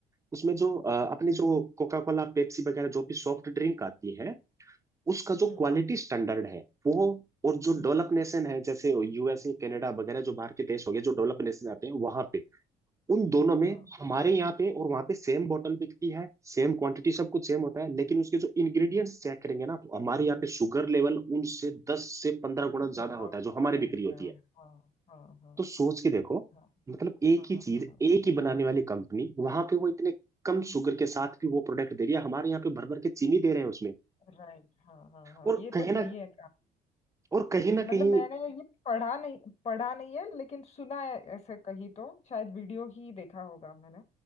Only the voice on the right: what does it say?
उसमें जो अ, अपने जो कोका कोला पेप्सी वगैरह जो भी सॉफ्ट ड्रिंक आती है उसका जो
क्वालिटी स्टैंडर्ड है वो और जो
डेवलप
नेशन है जैसे यूएसए कनाडा वगैरह जो बाहर के देश हो गए जो डेवलप नेशन आते हैं वहां पे उन दोनों में
हमारे यहाँ पे और वहां पे सेम बोतल बिकती है सेम क्वांटिटी सब कुछ सेम होता है लेकिन उसके जो इंग्रेडिएंट्स चेक करेंगे ना तो हमारे यहाँ पे शुगर लेवल उनसे दस से पंद्रह गुना
ज्यादा होता है जो
हमारी
बिक्री होती
है
तो सोच के देखो
मतलब एक
ही चीज
एक ही बनाने वाली कंपनी वहां पे वो इतने कम शुगर के साथ भी वो प्रोडक्ट दे रही है हमारे यहाँ पे भर भर के चीनी दे रहे हैं उसमें
और
कहीं
ना
और कहीं ना
कहीं